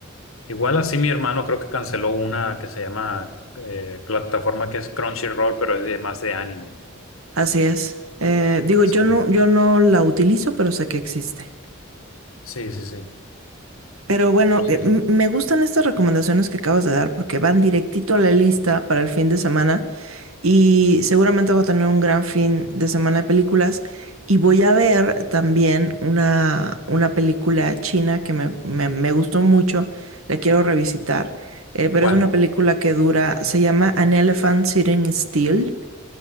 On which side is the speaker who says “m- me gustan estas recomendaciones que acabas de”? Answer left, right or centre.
Right